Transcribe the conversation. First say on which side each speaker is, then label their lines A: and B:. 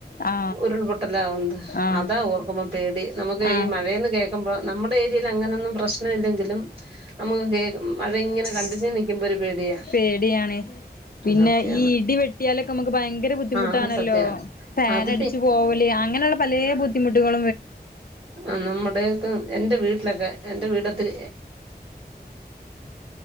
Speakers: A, on the left (about 60°); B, on the right (about 35°).
A: ആ
B: ഉരുൾപൊട്ടലാവുന്നത്
A: ആ
B: അതാ ഓർ ക്കുമ്പ പേടി നമ്മക്ക്
A: ആ
B: ഈ മഴേന്ന് കേൾക്കുമ്പോ, നമ്മടെ ഏരീൽ അങ്ങനെന്നും പ്രശ്ന ഇല്ലെങ്കിലും നമുക്ക് കേ മഴ ഇങ്ങനെ കണ്ടിന്യൂ നിക്കുമ്പോ ഒരു പേടിയാ
A: പേടിയാണ് പിന്നെ
B: സത്യാണ്.
A: ഈ ഇടി വെട്ടിയാലക്കെ മ്മക്ക് ഭയങ്കര ബുദ്ധിമുട്ടാണല്ലോ,
B: ആഹ് സത്യാ
A: ഫാൻ
B: അത്
A: അടിച്ചു പോവല് അങ്ങനള്ള പലേ ബുദ്ധിമുട്ടുകള
B: ആ നമ്മുടെക്കെ എന്റെ വീട്ട്ലെക്കെ എന്റെ വീടൊത്തിരി